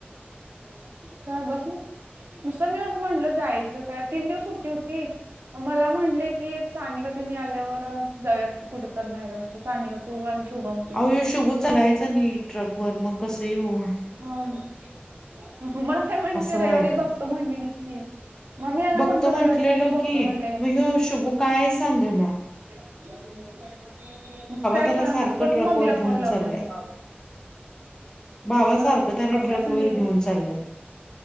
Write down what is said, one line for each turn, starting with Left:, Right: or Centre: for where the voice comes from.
Right: का बस नस नुसतं मी असं म्हंटलं जायचं काय तीन दिवस सुट्टी होती. मला म्हणलेय की सानिका तिने आल्यावर जाव्यात कुठ तर बाहेर असतं सानिका भवान, शुभमते
Left: अहो ह्यो शुभू चालायचा नीट ट्रक वर मग कसं येऊ?
Right: ह मला काय म्हणते
Left: असं
Right: रविवारी
Left: व्हायलय
Right: बघतो म्हणलेलीस की? मग मी यांना
Left: बघतो
Right: म्हणलो
Left: म्हंटलेलो
Right: रविवारी काय तर बघतो
Left: की
Right: म्हणल आहे ना
Left: मग ह्यो शुभू काय सांगणं.
Right: <unintelligible> काय
Left: त्याला
Right: कळ
Left: सारखं
Right: नास पत
Left: ट्रक
Right: मग
Left: वर
Right: बिला
Left: घेऊन
Right: फोन लावला
Left: चालल्यात.
Right: आणि
Left: बाबा
Right: खरं
Left: सारखं त्याला
Right: अभ्यासन
Left: ट्रक वर
Right: ये
Left: घेऊन चालल्यात